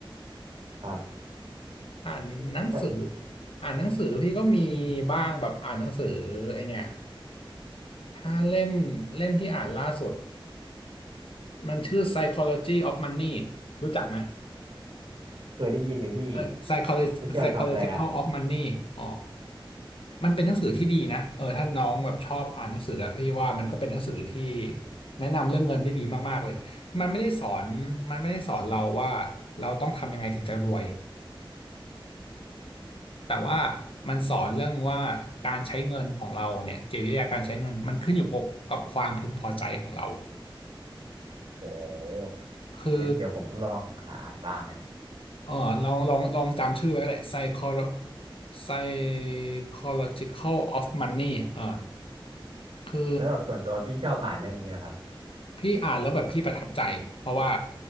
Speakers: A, on the right (about 75°); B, on the left (about 80°).
A: ครับ
B: อ่านหนังสือ
A: แล้ว
B: อ่านหนังสือพี่ก็มีบ้างแบบอ่านหนังสือไอเนี่ยถ้าเล่มเล่มที่อ่านล่าสุดมันชื่อ Psychology of Money รู้จักไหม
A: เคยได้ยินอยู่พี่
B: เออ Psychology
A: ไม่เกี่ยวกับอะไรอ่ะ
B: Psychological of Money อ๋อมันเป็นหนังสือที่ดีนะเออถ้าน้องแบบชอบอ่านหนังสืออะพี่ว่ามันก็เป็นหนังสือที่แนะนำเรื่องเงินได้ดีมากๆเลยมันไม่ได้สอนมันไม่ได้สอนเราว่าเราต้องทำยังไงถึงจะรวย แต่ว่ามันสอนเรื่องว่าการใช้เงินของเราเนี่ยจิตวิทยาการใช้เงินมันขึ้นอยู่กับความพึงพอใจของเรา
A: โอ้
B: คือ
A: งั้นเดี๋ยวผมต้องลองหาอ่านบ้างนะเนี่ย
B: เออลองลองลองจำชื่อไว้ก็ได้ psycholo psychological of money เออคือ
A: แล้วแบบส่วนตัวพี่ชอบอ่านเรื่องนี้นะครับ
B: พี่อ่านแล้วแบบพี่ประทับใจเพราะว่า